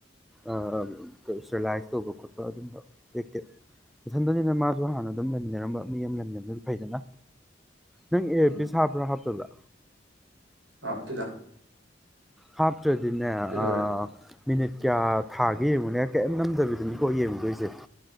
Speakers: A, in the centre; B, on the right.
A: ꯑꯥ ꯁꯇ꯭ꯔꯦꯂꯥꯏꯁ ꯇꯧꯕ ꯈꯣꯠꯄ ꯑꯗꯨꯝꯕ ꯇꯦꯛ-ꯇꯦꯛ ꯃꯊꯟꯇꯅꯤꯅ ꯃꯥꯁꯨ ꯍꯥꯟꯅ ꯑꯗꯨꯝ ꯂꯩꯃꯤꯟꯅꯔꯝꯕ ꯃꯤ ꯑꯃ ꯂꯩꯃꯤꯟꯅꯕꯗꯨꯅ ꯐꯩꯗꯅ ꯅꯪ ꯑ꯭ꯌꯔ
B: ꯎꯝ
A: ꯄꯤꯁ ꯍꯥꯞꯄ꯭ꯔꯥ ꯍꯥꯞꯇꯕ꯭ꯔꯥ
B: ꯍꯥꯞꯇꯦꯗ
A: ꯍꯥꯞ ꯇ꯭ꯔꯗꯤꯅꯦ
B: ꯀꯩꯗꯧꯔꯦ
A: ꯑꯥ ꯃꯤꯅꯤꯠ ꯀꯌꯥ ꯊꯥꯒꯦ ꯌꯦꯡꯉꯨꯅꯦ ꯀꯔꯤꯝ ꯅꯝꯗꯕꯤꯗꯅꯤꯀꯣ ꯌꯦꯡꯎꯗꯣꯏꯁꯦ